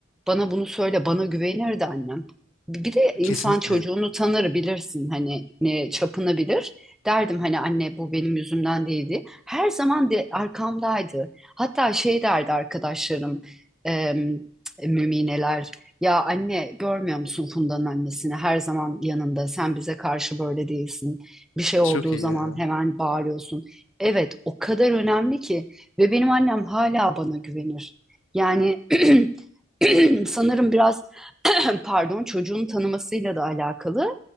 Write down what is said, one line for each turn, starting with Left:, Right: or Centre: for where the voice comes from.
Centre: bana bunu söyle bana güvenirdi annem. Bir de insan
Left: Kesinlikle
Centre: çocuğunu tanır bilirsin hani ne çapını bilir. Derdim hani anne bu benim yüzümden değildi. Her zaman de arkamdaydı. Hatta şey derdi arkadaşlarım, em, mümineler ya anne görmüyor musun Funda'nın annesini? Her zaman yanında. Sen bize karşı böyle değilsin. Bir şey olduğu
Left: çok iyi
Centre: zaman
Left: ya.
Centre: hemen bağırıyorsun. Evet, o kadar önemli ki ve benim annem hala bana güvenir. Yani <clears throat> sanırım biraz <clears throat> pardon çocuğun tanımasıyla da alakalı.